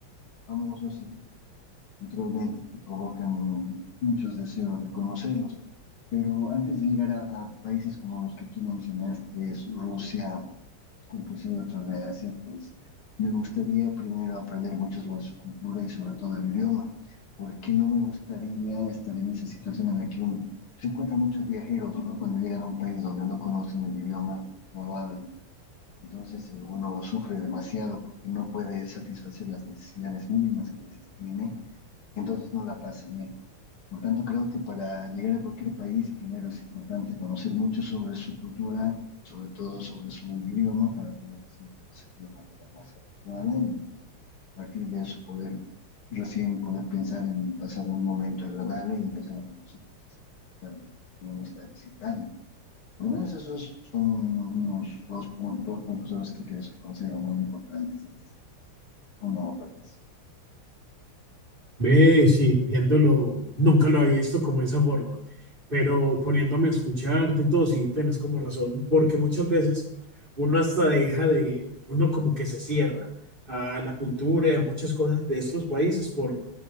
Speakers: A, on the left (about 75°); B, on the right (about 25°).
A: famosos y que naturalmente te provocan muchos deseos de conocerlos. Pero antes de llegar a, a países como los que tú mencionaste, Rusia, inclusive otros de Asia, pues me gustaría primero aprender mucho sobre su cultura y sobre todo el idioma, porque no me gustaría estar en esa situación en la que un- se encuentran muchos viajeros, ¿no? Cuando llegan a un país donde no conocen el idioma, no lo hablan. Entonces eh, uno sufre demasiado porque no puede satisfacer las necesidades mínimas que a veces tiene, entonces no la pasa bien. Por tanto, creo que para llegar a cualquier país, primero es importante conocer mucho sobre su cultura, sobre todo sobre su idioma, para poder ser de una manera más adecuada y a partir de eso poder recién poder pensar en pasar un momento agradable y empezar a conocer que uno no está visitando. Por lo menos esos son unos dos puntos, dos puntos a los que creo que considero muy importantes antes de un nuevo país.
B: Ve, sí, viéndolo, nunca lo había visto como de esa forma, pero poniéndome a escucharte y todo, sí, tienes como razón, porque muchas veces uno hasta deja de, uno como que se cierra a la cultura y a muchas cosas de estos países por,